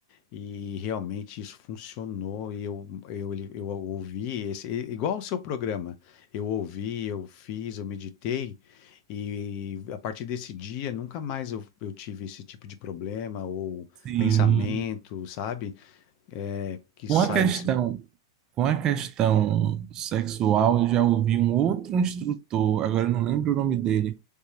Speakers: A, on the left; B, on the right.
A: e realmente isso funcionou. E eu, eu, ele- eu ouvi esse, e- igual o seu programa. Eu ouvi, eu fiz, eu meditei, e a partir desse dia nunca mais eu, eu tive esse tipo de problema ou
B: sim.
A: pensamento, sabe? É, que
B: Uma
A: saísse.
B: questão Com a questão sexual, eu já ouvi um outro instrutor, agora eu não lembro o nome dele,